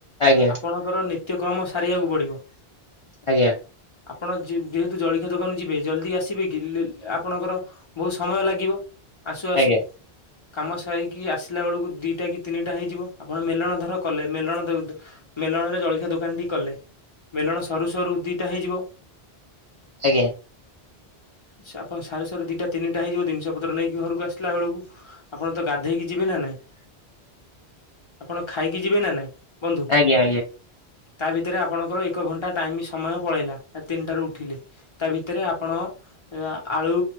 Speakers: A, on the left; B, on the left.
A: ଆଜ୍ଞା
B: ଆପଣଙ୍କର ନିତ୍ୟକ୍ରମ ସାରିବାକୁ ପଡିବ।
A: ଆଜ୍ଞା।
B: ଆପଣ ଯେ ଯେହେତୁ ଜଳଖିଆ ଦୋକାନକୁ ଯିବେ ଜଲଦି ଆସିବେ କି ଲେ ଲେ ଆପଣଙ୍କର ବହୁ ସ ମୟ ଲାଗିବ ଆସୁ ଆସୁ।
A: ଆଜ୍ଞା
B: କାମ ସାରିକି ଆସିଲା ବେଳକୁ ଦିଇଟା କି ତିନିଟା ହେଇଯିବ ଆପଣ ମେଲଣ ଧର କଲେ ମେଲଣ ଧ ଧ ମେଲଣରେ ଜଳଖିଆ ଦୋକାନଟି କଲେ ମେଲଣ ସରୁ ସରୁ ଦିଟା ହେଇଯିବ
A: ଆଜ୍ଞା।
B: ଚ ଆପଣ ସାରୁ ସାରୁ ଦିଟା ତିନି ଟା ହେଇଯିବ ଜିନିଷ ପତ୍ର ନେଇକି ଘରକୁ ଆସିଲା ବଳକୁ ଆପଣ ତ ଗାଧେଇକି ଯିବେ ନା ନାଇଁ। ଆପଣ ଖାଇକି ଯିବେ ନା ନାଇଁ ବନ୍ଧୁ।
A: ଆଜ୍ଞା ଆଜ୍ଞା ଆଜ୍ଞା
B: ତା ଭିତରେ ଆପଣଙ୍କର ଏକ ଘଣ୍ଟା ଟାଇମ ସମୟ ପଳେଇଲା ଆ ତିନିଟାରୁ ଉଠିଲେ। ତା ଭିତରେ ଆପଣ ଅ ଆଳୁ